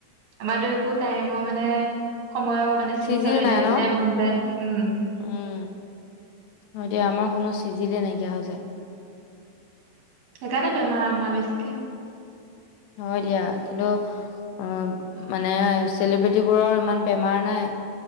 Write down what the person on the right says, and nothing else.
আমাৰো একো টাইমৰ মানে। সময়ো মানে চিন
চাপেই নাই যেতিয়াই
মন যায় উম।
সেইকাৰনে বেমা আমা বেছিকে।